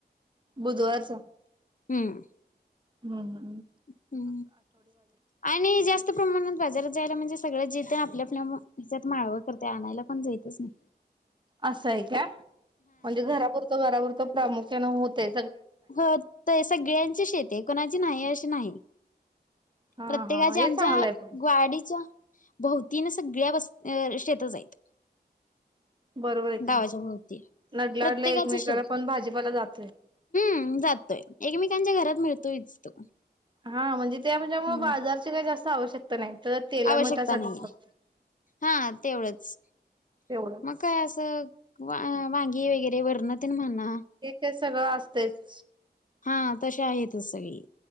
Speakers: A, on the right; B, on the left.
A: बुधवारच.
B: हम्म
A: हं हं
B: हं आणि जास् त प्रमाणात बाजारात जायला म्हणजे सगळ जेत आप आपल्या म माळव करत्यात आणायला पण जातच नाइ.
A: असं आहे क्या म्हणजे घरापुरत घरापुरत प्रामुख्याने होते.
B: हो, ते सगळ्यांची शेत आहे, कोणाची नाही अशी नाही.
A: हा
B: प्रत्येकाच्या
A: हा हे
B: आमच्या
A: चांगलं आहे पण
B: ग्वाडीच्या भवतीन सगळ्या वस शेतच आहेत.
A: बरोबर आहे
B: गावाच्या
A: का
B: भोवती
A: नडलाडलं
B: प्रत्येकाच
A: एकमेकाला
B: शेत
A: पण
B: हाय.
A: भाजीपाला जातोय
B: हम जातोय एकमेकांच्या घरात मिळतोच तो.
A: हा म्हणजे त्या्यामु
B: हम्म
A: बाजारची काय जास्त आवश्यकता नाही. <unintelligible>
B: आवश्यकता
A: मिठासाठीच
B: नाहीये,
A: फक्त
B: हा तेवढंच.
A: तेवढंच
B: मग काय अस, वा वांगी वगैरे वरणते म्हणणार-
A: हे काय सगळं असतेच.
B: हा तशा आहेतच सगळी.